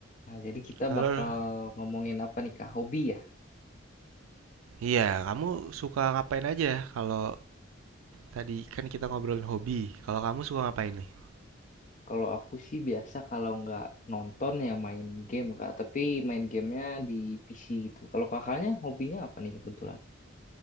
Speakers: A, on the left; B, on the right.
A: Nah, jadi kita
B: Halo.
A: bakal ngomongin apa nih Kak? Hobi ya?
B: Iya, kamu suka ngapain aja? Kalau tadi kan kita ngobrolin hobi. Kalau kamu suka ngapain nih?
A: Kalau aku sih biasa kalau nggak nonton ya main game Kak. Tapi main gamenya di PC gitu. Kalau kakaknya hobinya apa nih kebetulan?